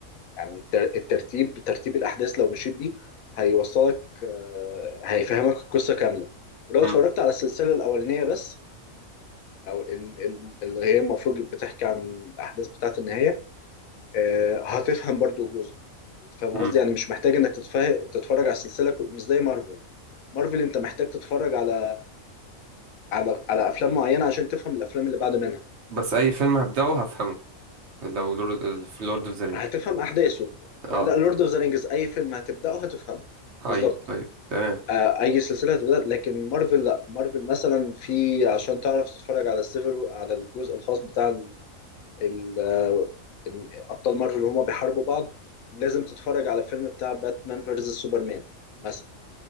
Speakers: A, on the left; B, on the right.
A: يعني التر- الترتيب ترتيب الاحداث لو مشيت بيه هيوصلك آه، هيفهمك القصه كامله ولو
B: مم.
A: اتفرجت على السلسله الاولانيه بس او ال- ال- اللي هي المفروض بتحكي عن الاحداث بتاعه النهايه آه، هتفهم برضو جزء انت فاهم قصدي
B: مم.
A: يعني مش محتاج انك تتفه... تتفرج على السلسله كل- مش زي مارفل مارفل انت محتاج تتفرج على على على افلام معينه عشان تفهم الافلام اللي بعد منها
B: بس اي فيلم هبدأه هفهمه لو لورد في لورد اوف ذا رينج
A: هتفهم احداثه
B: اه
A: لا لورد اوف ذا رينجز اي فيلم هتبداه هتفهمه
B: ايوه
A: بالظبط
B: طيب تمام
A: آه، اي سلسله هتبدا لكن مارفل لا مارفل مثلا في عشان تعرف تتفرج على السيفل على الجزء الخاص بتاع ال- آه، ال- ابطال مارفل اللي هما بيحاربوا بعض لازم تتفرج على فيلم بتاع باتمان فيرسس سوبرمان مثلا